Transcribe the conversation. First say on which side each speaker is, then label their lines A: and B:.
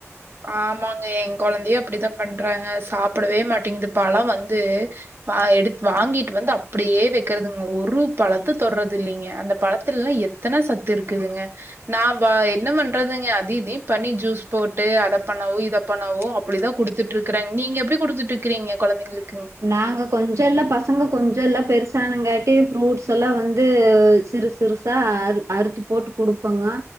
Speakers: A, on the right (about 50°); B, on the right (about 70°).
A: ஆமாங்க என் கொழந்தையையும் அப்டித்தான் பண்றாங்க சாப்பிடவே மாட்டேங்குது பழம் வந்து எடு வாங்கிட்டு வந்து அப்டியே வைக்கறதுங்க ஒரு பழத்த தொடர்றது இல்லைங்க அந்த பழத்துலல்லா எத்தன சத்து இருக்குதுங்க நான் வா என்ன பண்றதுங்க அத இதையும் பண்ணி ஜூஸ் போ அத பண்ணாவோ இத பண்ணாவோ அப்டிதான் கொடுத்துட்டு இருக்கறாங்க நீங்க எப்படி கொடுத்துட்டு இருக்கீங்க கொழந்தைங்களுக்கு
B: நாங்க கொஞ்சோலா பசங்க கொஞ்சோலா பெருசா ணங்காட்டி ஃப்ரூட்ஸ் எல்லாம் வந்து சிறுச சிறுசா அ அறுத்து போட்டு கொடுப்போங்க